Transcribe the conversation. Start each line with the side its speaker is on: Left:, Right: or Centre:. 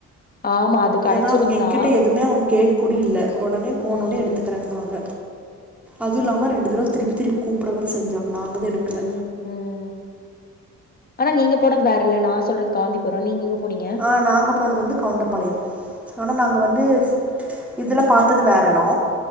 Left: ஆமா அது கெடச்சிருந்தான்
Centre: ஏனா அவுங்க என்கிட்ட எதுமே அவங் கேக்கூடி இல்ல ஒடனே போனோனே
Left: ம்
Centre: எடுத்துக்குறேன்னாங்க அதுவுல்லாம ரெண்டு தடவ திருப்பி திருப்பி கூப்ட வேற செஞ்சாங்க நாங்கதா எடுக்ல
Left: ம் ம் ஆனா நீங்க போனது வேறல நா சொல்றது காந்தி புரோ நீங்க எங்க போனீங்க
Centre: ஆ நாங்கப் போனது வந்து கவுண்டம்பாளையம் ஆனா நாங்க வந்து இதுல பாத்தது வேறெடோ